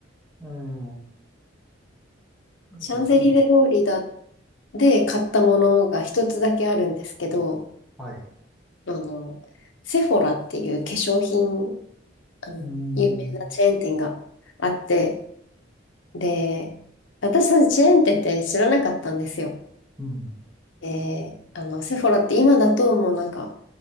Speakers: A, in the centre; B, on the left.
A: ええ、そうです。
B: シャンゼリゼ通りだで買ったものが一つだけあるんですけど、
A: はい。
B: あの、セフォラっていう化粧品あの、
A: うーん、
B: 有名なチェーン店があって、で、私たちチェーン店って知らなかったんですよ。
A: うん、
B: で、あの、セフォラって今だともうなんか、